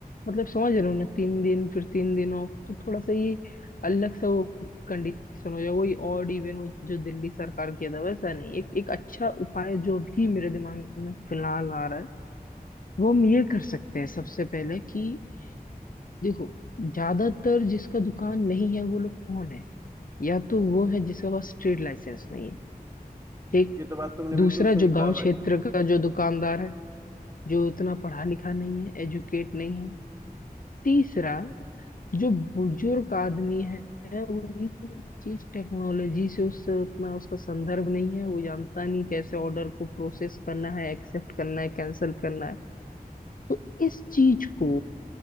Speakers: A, on the left; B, on the right.
A: मतलब समझ रहे हो ना तीन दिन फिर तीन दिन ऑफ तो थोड़ा सा ये अलग सा वो कंडीशन हो जाए वही ऑड इवन हो जो दिल्ली सरकार किया था वैसा नहीं एक एक अच्छा उपाय जो भी मेरे दिमाग में फिलहाल आ रहा है वो हम ये कर सकते हैं सबसे पहले कि देखो ज्यादातर जिसका दुकान नहीं है वो लोग कौन है या तो वो है जिसके पास ट्रेड लाइसेंस नहीं है ठीक
B: ये तो बात तुमने
A: दूसरा
B: बिल्कुल सही
A: जो
B: कहा
A: गांव क्षेत्र
B: भाई
A: का जो दुकानदार है जो इतना पढ़ा लिखा नहीं है एजुकेट नहीं है तीसरा जो बुजुर्ग आदमी है वही चीज टेक्नोलॉजी से उससे उतना उसका संदर्भ नहीं है वो जानता नहीं कैसे ऑर्डर को प्रोसेस करना है एक्सेप्ट करना है कैंसिल करना है तो इस चीज को